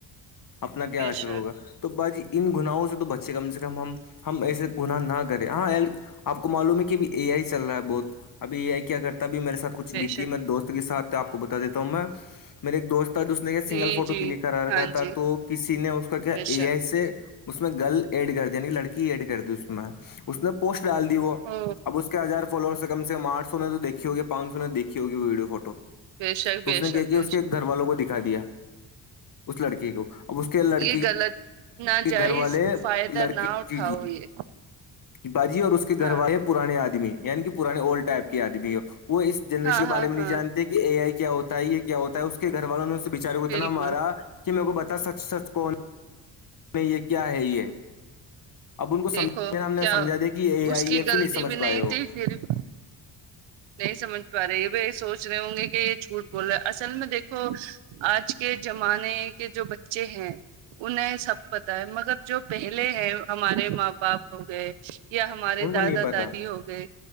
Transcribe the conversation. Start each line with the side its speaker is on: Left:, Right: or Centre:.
Left: اپنا کیا
Right: بے
Left: حشر
Right: شک
Left: ہوگا تو باجی ان گناہوں سے تو بچے کم سے کم ہم ایسے گنااہ نہ کریں ہاں ایل آپ کو معلوم ہے کہ اے آئی چل رہا ہے بہت ابھیت اے آئی کیا کرتا اھی میرے ساتھچھ
Right: بے
Left: بھیتی
Right: شک
Left: ہےیرے دوست کے سھ آپ کو بتا دیتا ہوں میں میرے ایک دوست اس نے کیا
Right: جی
Left: سنگل فوٹو
Right: جی
Left: کلک کرا
Right: ہاں
Left: رکھا تھا
Right: جی
Left: تو کسی نے اس کا کیا
Right: بے
Left: اے
Right: شک
Left: آئی سے اس میں گرل ایڈ کر دی یعنی لڑکی ایڈ کرتی اس میں اس نے پوسٹ ڈال دی وہ
Right: او
Left: اب اس کے آزار فالورس سے کم کم آٹ سو نے تو دھی گی پانچ سو نے دیکھی ہوگی ویڈیو فوٹو
Right: بے شک
Left: تو
Right: بے
Left: اس نے
Right: شک
Left: کیا کہ
Right: بے
Left: اس کے
Right: شک
Left: گھر والوں کو دکھا دیا اس لڑکی کو اب اس کے لڑکی
Right: یہ غلط ناجائز
Left: کے گھر والے
Right: فائدہ
Left: لڑکی
Right: نہ اٹھاؤ
Left: جی جی
Right: یہ
Left: باجی اور اس کے گھر
Right: ہاں
Left: والے پرانے آدمی یعنی کہ پرانے اولڈ ٹائپ کے آدمی ہے وہ اس جنریشن
Right: ہاں
Left: کے
Right: ہاں
Left: بارے میں
Right: ہاں
Left: نہیں جانتے کہ اے آئی کیا ہوتا ہے یہ کیا ہوتا ہے اس کے گھر والوں نے اس تب تب بچارے کو
Right: بالکل
Left: اتنا مارا کہ میرے کو بتا سچ سچ کون نہیں یہ کیا ہے یہ اب ان کو
Right: دیکھو
Left: سمج ہم نے
Right: کیا
Left: سمجھا دیا کہ اے
Right: اس
Left: آئی
Right: کی
Left: ایف
Right: غلطی
Left: نہیں سمجھ
Right: بھی
Left: پائے وہ
Right: <unintelligible> نہیں سمجھ پا رہی سوچ رہے ہوں گے کہ یہ جھوٹ بولے اصل میں دیکھو آج کے زمانے کے جو بچے ہیں انہیں سب پتا ہے مگر جو پہلے ہیں ہمارے ماں باپ ہو گئے یا ہمارے
Left: ان کو
Right: دادا
Left: نہیں پتا
Right: دادی ہو گئے